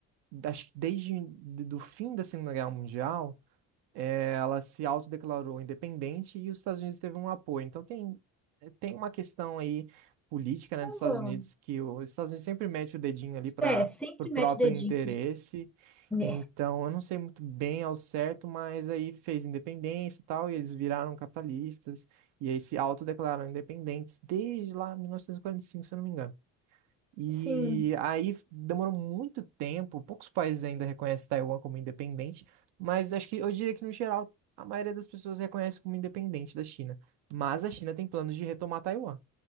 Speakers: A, on the right; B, in the centre.
A: acho que desde do fim da Segunda Guerra Mundial, ela se autodeclarou independente e os Estados Unidos teve um apoio. Então tem, eh, tem uma questão aí política, né, dos Estados
B: Caramba.
A: Unidos que os Estados Unidos sempre mete o dedinho ali para
B: É, sempre
A: o próprio
B: mete dedinho.
A: interesse.
B: Né?
A: Então, eu não sei muito bem ao certo, mas aí fez independência e tal, e eles viraram capitalistas, e aí se autodeclararam independentes desde lá 1945, se eu não me engano. E
B: Sim.
A: aí demorou muito tempo, poucos países ainda reconhecem Taiwan como independente, mas acho que eu diria que no geral a maioria das pessoas reconhece como independente da China. Mas a China tem planos de retomar Taiwan